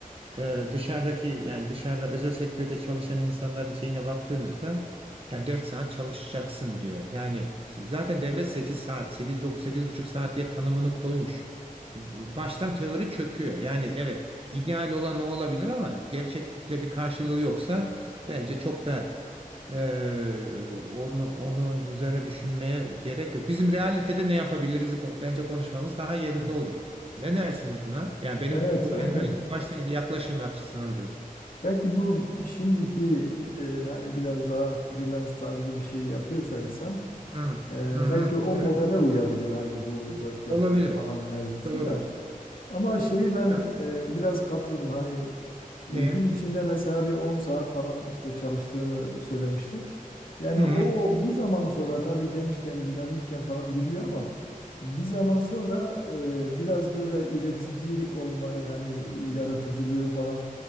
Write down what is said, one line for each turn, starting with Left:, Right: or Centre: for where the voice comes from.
Right: e, dışarıdaki yani dışarıda özel sektörde çalışan insanların şeyine baktığınızda yani 4 saat çalışacaksın diyor. Yani zaten devlet 8 saat, sekiz dokuz sekiz buçuk saat diye tanımını koymuş. Baştan teori çöküyor. Yani evet ideal olan o olabilir ama gerçeklikle bir karşılığı yoksa bence çok da e, onu onun üzerine düşünmeye gerek yok. Bizim realitede ne yapabiliriz bence konuşmamız daha yerinde
Left: Evet.
Right: olur. Ne dersiniz buna? Yani benim
Left: Evet
Right: bu
Left: aynen.
Right: e, başlangıç yaklaşım açısından diyorum.
Left: Belki bu şimdiki e, hani biraz daha freelance tarzı bir şey yapıyorsa insan
Right: Hı
Left: Ee,
Right: hı hı.
Left: belki o
Right: Evet.
Left: modele uyabilir hani bu dört dört
Right: Olabilir.
Left: ay falan mevzusu
Right: Doğru.
Left: da. Ama şeyi ben
Right: Ya,
Left: e, biraz katıldım hani e,
Right: neye?
Left: gün içinde mesela bir 10 saat falan işte çalıştığımı söylemiştim. Yani
Right: Hı
Left: o
Right: hı.
Left: bir zaman sonra tabii gençken dinamikken falan gidiyor ama bir zaman sonra e, biraz böyle üretici olmayı hani yaratıcılığı falan